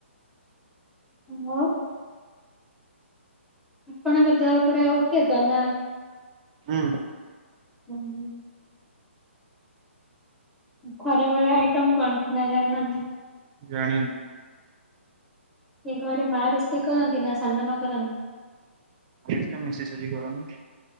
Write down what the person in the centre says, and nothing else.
ହୁଁ। ଆପଣଙ୍କ ଦେହ ପୁରା ଉକେତ ନା?
ହୁଁ ହୁଁ। ଖରା ଭଳିଆ ଆଇଟମ କଣ ନା ଜାଣିନାହାନ୍ତି?
ଏଘରେ ମା ରୋଷେଇ କରନ୍ତି ନା ସାନ ମା ରୋଷେଇ କରନ୍ତି।